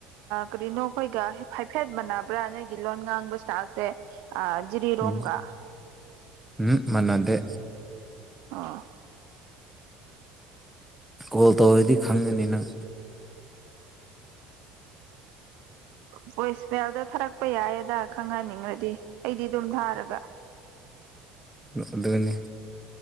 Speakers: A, on the right; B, in the centre.
A: ꯀꯔꯤꯅꯣ ꯑꯩꯈꯣꯏꯒ ꯍꯥꯏꯐꯦꯠ ꯃꯥꯟꯅꯕ꯭ꯔꯥ ꯅꯣꯏꯒꯤ ꯂꯣꯟ ꯉꯥꯡꯕ ꯏꯁꯇꯥꯜꯁꯦ ꯖꯤꯔꯤꯔꯣꯝꯒ
B: ꯎꯝ ꯎꯝ ꯃꯅꯗꯦ
A: ꯑꯥ
B: ꯀꯣꯜ ꯇꯧꯔꯗꯤ ꯈꯪꯒꯅꯤ ꯅꯪ
A: ꯚꯣꯏꯁ ꯃꯦꯜꯗ ꯊꯥꯔꯛꯄ ꯌꯥꯏꯌꯦꯗ ꯈꯪꯍꯟꯅꯤꯡꯉ꯭ꯔꯗꯤ ꯑꯩꯗꯤ ꯑꯗꯨꯝ ꯊꯥꯔꯒ
B: ꯑꯗꯨꯅꯤ